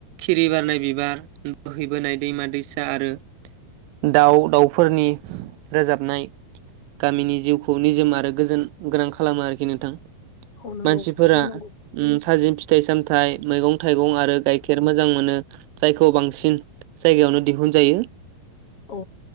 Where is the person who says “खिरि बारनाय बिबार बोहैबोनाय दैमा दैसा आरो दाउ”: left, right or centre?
Right